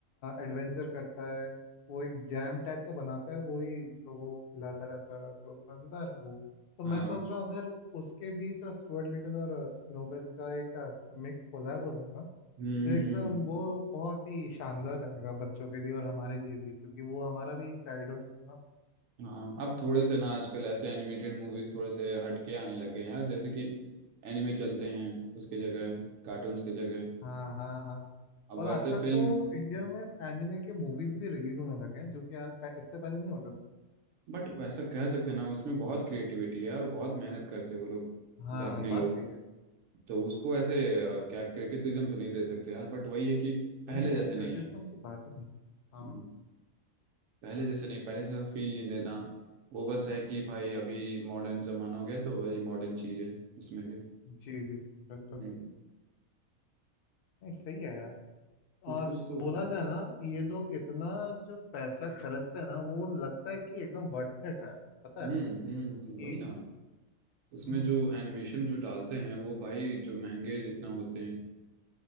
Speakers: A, on the left (about 65°); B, on the right (about 75°).
A: एडवेंचर करता है वो एक जैम टाइप का बनाता है वो ही लोगों को खिलाता रहता है तो मज़ेदार है वो तो मैं
B: हाँ
A: सोच रहा हूँ अगर उसके बीच और स्टुअर्ट लिटिल और स्नोबेल का एक मिक्स कोलैब हो जाए ना
B: हम्म
A: तो एकदम
B: हम्म
A: वो बहुत ही शानदार रहेगा बच्चों के लिए और हमारे लिए भी क्योंकि वो हमारा भी एक चाइल्डहुड का है ना
B: हाँ अब थोड़े से ना आजकल ऐसे एनिमेटेड मूवीज थोड़े से हटके आने लग गए हैं यार जैसे कि एनिमे चलते हैं उसके जगह कार्टून्स की जगह
A: हाँ हाँ हाँ
B: अब
A: और
B: वैसे
A: आजकल
B: फिल्म
A: तो इंडिया में एनिमे के मूवीज भी रिलीज होने लगे हैं जो कि यार पह- इससे पहले नहीं होते थे
B: बट वैसा कह सकते हैं ना उसमें बहुत क्रिएटिविटी है और बहुत मेहनत करते हैं वो लोग
A: हाँ
B: जापानी
A: बात
B: लोग
A: सही है
B: तो उसको ऐसे अ, क्या क्रिटिसिज्म तो नहीं दे सकते यार बट वही है कि पहले
A: नहीं यार
B: जैसे नहीं
A: क्रिटिसिज्म
B: है
A: की बात ही नहीं है हाँ
B: हम्म, पहले जैसे नहीं पहले जैसा फील नहीं देना वो बस है कि भाई अभी मॉडर्न जमाना हो गया तो वही मॉडर्न चीज है उसमें भी
A: जी जी बिल्कुल
B: हम्म
A: बिल्कुल नहीं सही है यार
B: कुछ
A: और
B: कुछ तो होते
A: बोला
B: हैं
A: जाए ना ये लोग इतना जो पैसा खर्चते हैं ना वो लगता है कि एकदम वर्थ इट है पता
B: हम्म
A: है
B: हम्म
A: कि
B: हम्म, वही ना उसमें
A: हम्म
B: जो
A: हम्म
B: एनिमेशन जो डालते हैं वो भाई जो महंगे जितना होते हैं